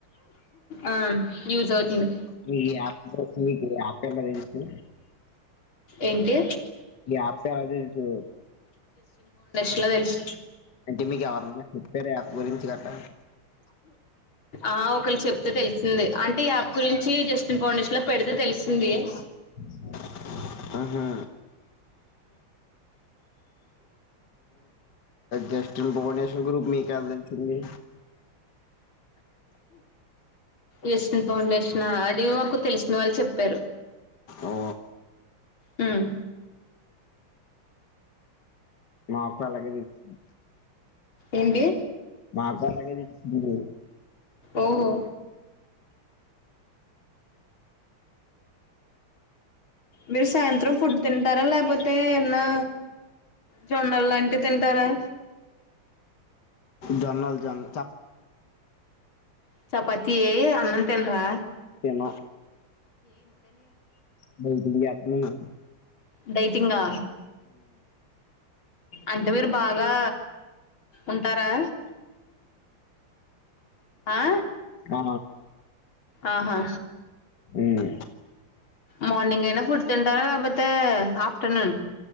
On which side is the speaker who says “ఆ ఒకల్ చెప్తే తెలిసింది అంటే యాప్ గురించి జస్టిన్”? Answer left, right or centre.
Left